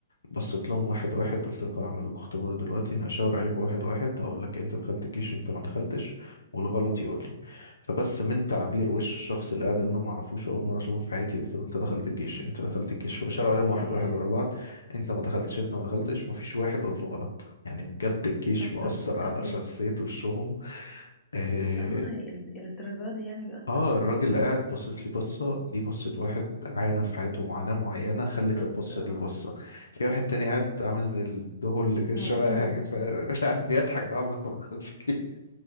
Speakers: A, on the left; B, on the left.
A: بصيت لهم واحد واحد قلت لكم هعمل لكم اختبار دلوقتي انا هشاور عليكم واحد واحد هقول لك انت دخلت الجيش وانت ما دخلتش والغلط يقول لي فبس من تعبير وش الشخص اللي قاعد اللي انا ما اعرفوش اول مره اشوفه في حياتي قلت له انت دخلت الجيش
B: أمم،
A: انت دخلت
B: أمم.
A: الجيش فبشاور عليهم
B: إيه
A: واحد واحد ورا بعض انت ما دخلتش انت ما دخلتش ما فيش واحد قلته غلط يعني بجد الجيش
B: طب
A: مؤثر
B: طب
A: على
B: طب إيه
A: شخصيه وشهم آه،
B: اه ال- الدرجات دي يعني بيأثر
A: اه الراجل قاعد باصص لي بصة دي بصة واحد عانى في حياته معاناة معينة خلت
B: بالظبط
A: البصة
B: اه
A: دي بصة في واحد تاني قاعد عامل زي الدهور اللي كان
B: مبسوط
A: شوية أي حاجة
B: لسه
A: فمش عارف بيضحك ده عمال ما دخلش كتير